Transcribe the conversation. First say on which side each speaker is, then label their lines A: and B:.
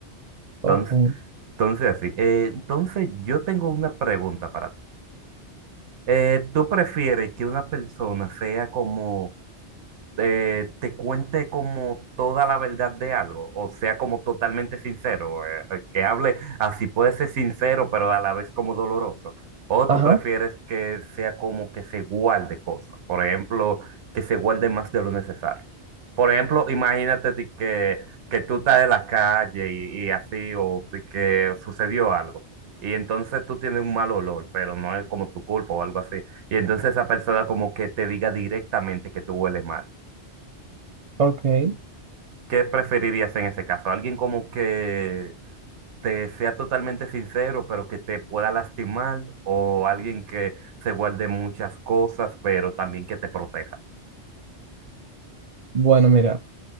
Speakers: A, on the right; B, on the right.
A: Ok.
B: Entonces, entonces así, eh, entonces yo tengo una pregunta para ti. Eh, ¿tú prefieres que una persona sea como, eh, te cuente como toda la verdad de algo, o sea, como totalmente sincero, eh, eh, que hable así puede ser sincero, pero a la vez como doloroso. O
A: Ajá,
B: tú prefieres que sea como que se guarde cosas, por ejemplo, que se guarde más de lo necesario. Por ejemplo, imagínate ti que, que tú estás en la calle y, y así, o ti que sucedió algo. Y entonces tú tienes un mal olor, pero no es como tu culpa o algo así. Y entonces esa persona como que te diga directamente que tú hueles mal.
A: ok.
B: ¿Qué preferirías en ese caso? ¿Alguien como que te sea totalmente sincero, pero que te pueda lastimar? ¿O alguien que se guarde muchas cosas, pero también que te proteja?
A: Bueno, mira,